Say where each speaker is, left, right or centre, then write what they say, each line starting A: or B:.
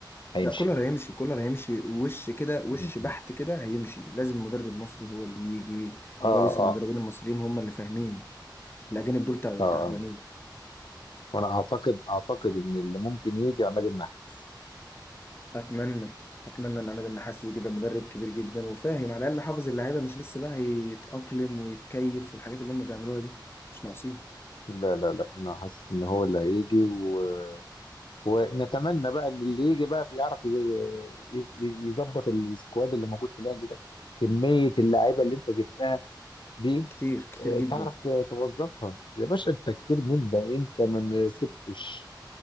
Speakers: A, on the left (about 85°); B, on the left (about 30°).
A: هيمشي
B: لا كولر هيمشي كولر هيمشي وش كده وش
A: م-
B: بحت
A: م.
B: كده هيمشي لازم مدرب مصري هو اللي يجي ورئيس
A: اه
B: المدربين
A: اه
B: المصريين هم اللي فاهمين الاجانب دول تع-
A: اه آه.
B: تعبانين
A: وانا اعتقد اعتقد ان اللي ممكن يجي عماد النحاس
B: اتمنى اتمنى ان عماد النحاس كده مدرب كبير جدا وفاهم على الاقل حافظ اللعيبه مش لسه بقى يتاقلم ويتكيف في الحاجات اللي هم بيعملوها دي مش ناقصين
A: لا لا لا انا حاسس ان هو اللي هيجي و... ونتمنى بقى ان اللي يجي بقى يعرف ي- ي- يظبط السكواد اللي موجود في الاهلي ده كمية اللعيبة اللي انت جبتها دي
B: كتير كتير
A: آه،
B: جدا
A: تعرف ت- توظفها يا باشا انت كتير من ده انت ما ما سبتش